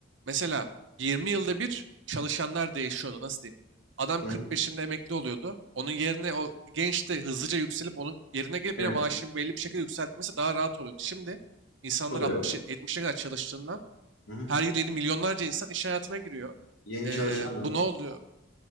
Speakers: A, on the right; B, on the left.
A: mesela 20 yılda bir çalışanlar değişiyordu. Nasıl diyeyim? Adam
B: Hı
A: 45'inde
B: hı.
A: emekli oluyordu. Onun yerine o genç de hızlıca yükselip onun yerine gelip
B: evet
A: yine maaşını belli bir şekilde yükseltmesi daha rahat oluyordu. Şimdi insanlar
B: o da
A: 60-70'e
B: yok.
A: kadar çalıştığından
B: Hı hı.
A: her yıl yeni milyonlarca insan iş hayatına giriyor.
B: Yeni
A: Ee,
B: çalışan yok.
A: bu ne oluyor?